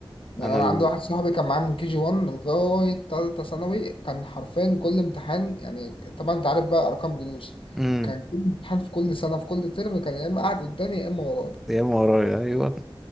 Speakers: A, on the left (about 70°); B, in the centre.
A: يعني
B: أنا
A: انا
B: ال...
A: عندي واحد صاحبي كان معايا من كي جي 1 لغايه تالتة ثانوي كان حرفيا كل امتحان يعني طبعا انت عارف بقى ارقام جلوس
B: مم.
A: كان كل امتحان في كل سنه في كل ترم كان يا اما قاعد قدامي يا اما ورايا
B: يا اما ورايا ايوه